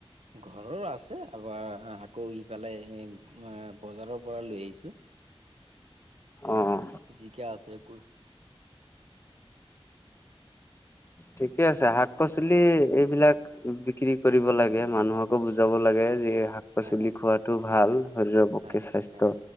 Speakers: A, on the right; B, on the left.
A: ঘৰৰ আছে, আবাৰ আকৌ ইফালে হেই আ বজাৰৰ পৰা লৈ আহিছোঁ।
B: অ
A: জিকা আছে, কু
B: ঠিকে আছে। শাক-পাচলি এইবিলাক বিক্ৰী কৰিব লাগে। মানুহকো বুজাব লাগে যে শাক পাচলি
A: হয় হয়
B: খোৱাটো ভাল শৰীৰৰ পক্ষে
A: হয় হয়
B: স্বাচ ত